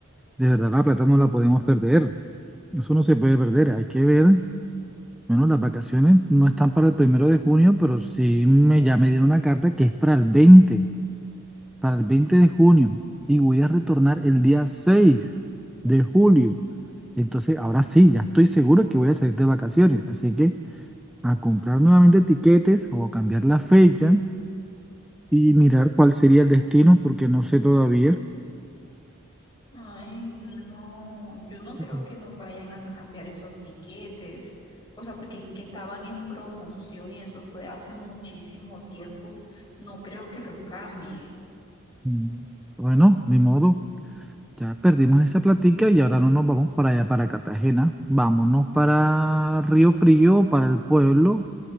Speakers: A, in the centre; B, on the left.
A: de verdad la plata no la podemos perder. Eso no se puede perder. Hay que ver. Bueno, las vacaciones no están para el primero de junio, pero sí me, ya me dieron una carta que es para el veinte para el veinte de junio. Y voy a retornar el día seis de julio. Entonces, ahora sí, ya estoy seguro que voy a salir de vacaciones. Así que a comprar nuevamente tiquetes o cambiar la fecha y mirar cuál sería el destino, porque no sé todavía.
B: Ay, no, yo no creo
A: Ujú.
B: que nos vayan a cambiar esos tiquetes. O sea, porque es que estaban en promoción y eso fue hace muchísimo tiempo. No creo que los cambien.
A: Mm, Bueno, ni modo, Ya perdimos esa platica y ahora no nos vamos para allá, para Cartagena. Vámonos para Río Frío, para el pueblo